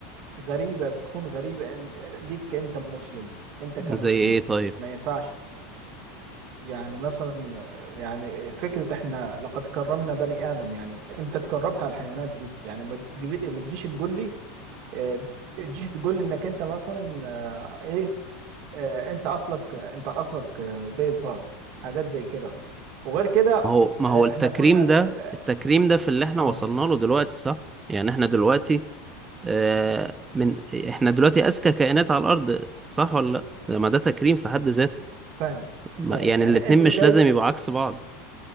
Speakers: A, on the right (about 55°); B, on the right (about 20°).
A: غريبة بتكون غريبة إن- ليك كأنت مسلم انت كمسلم
B: زي ايه طيب
A: ما ينفعش يعني مثلا يعني فكرة احنا لقد كرمنا بني آدم يعني انت اتكرمت على الحيوانات دي يعني ما تجيلي- ما تجيش تقول لي آه، تجيش تقول لي انك انت مثلا آه، ايه آه، انت اصلك انت اصلك آه، زي الفار حاجات زي كده وغير كده
B: ما هو ما
A: آه،
B: هو التكريم
A: احنا كنا لا-
B: ده
A: لا-
B: التكريم ده في اللي احنا
A: اه
B: وصلنا له دلوقتي صح يعني احنا دلوقتي آه، من احنا دلوقتي اذكى كائنات على الارض صح ولا لا ما ده تكريم في حد ذاته
A: فاهم
B: ما-
A: فاهم
B: يعني
A: يعني
B: الاتنين
A: انت
B: مش
A: دايما
B: لازم يبقوا عكس بعض